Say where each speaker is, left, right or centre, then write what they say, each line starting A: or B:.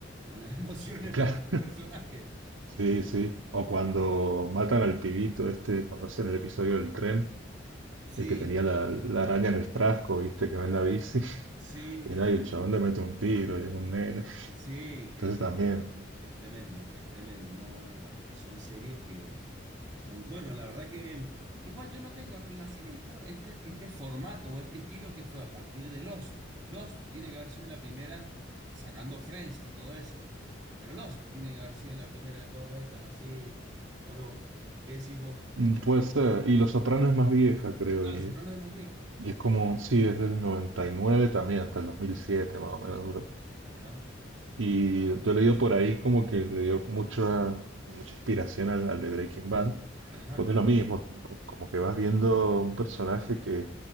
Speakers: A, on the right (about 20°); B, on the right (about 80°).
A: con las <laughs> emociones
B: claro.
A: frente al personaje.
B: Sí, sí. O cuando matan al pibito este, cuando hacen el episodio del tren,
A: Sí,
B: el que tenía la, la araña en el frasco, viste, que ven la bici. <laughs>
A: sí,
B: Y nada,
A: sí.
B: y el chabón le mete un tiro y es un nene.
A: Sí, que
B: Entonces también.
A: no, Es tremendo, es tremendo. No, no, no. eh, Son series que son. Bueno, la verdad que. mm, Igual yo no tengo. La serie, esto, este, este formato o este estilo que fue a partir de Lost. Lost tiene que haber sido la primera, sacando Friends y todo eso. Pero Lost tiene que haber sido la primera de todas estas, así. ¿O no? ¿Qué decís vos?
B: mm, Puede ser. Y Los Soprano es más vieja, creo.
A: Ah,
B: Y,
A: Los Sopranos es más vieja.
B: y es como, sí, es del 99 también, hasta el 2007 más o menos duró.
A: Ajá,
B: Y yo he leído por ahí como que le dio mucha, mucha inspiración al, al de Breaking Bad.
A: ajá,
B: Porque es lo mismo, como que vas viendo un personaje que,